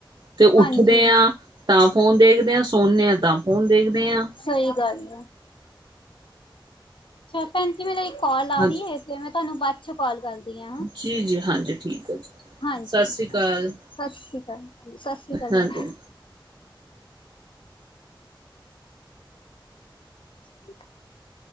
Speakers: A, on the right; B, on the left.
A: ਤੇ
B: ਹਾਂਜੀ
A: ਉੱਠਦੇ ਆਂ
B: ਹਾਂ
A: ਤਾਂ ਫੋਨ ਦੇਖਦੇ ਆਂ ਸੌਣੇ ਆ ਤਾਂ ਫੋਨ ਦੇਖਦੇ ਆਂ।
B: ਸਈ ਗੱਲ ਐ। ਅੱਛਾ ਪੈਨ ਜੀ ਮੇਰਾ ਇੱਕ ਕਾਲ ਆ
A: ਹਾਂਜੀ
B: ਰਹੀ ਹੈ ਤੇ ਮੈਂ ਤੁਆਨੂੰ ਬਾਦ ਚੋਂ ਕਾਲ ਕਰਦੀ ਆ ਹਾਂ।
A: ਜੀ ਜੀ ਹਾਂਜੀ ਠੀਕ ਹੈ ਜੀ
B: ਹਾਂਜੀ,
A: ਸਤਿ ਸ਼੍ਰੀ ਅਕਾਲ
B: ਸਤਿ ਸ੍ਰੀ ਅਕਾਲ ਸਤਿ ਸ਼੍ਰੀ ਅਕਾਲ ਪੈਨ
A: ਹਾਂਜੀ
B: ਜੀ। <inaudible>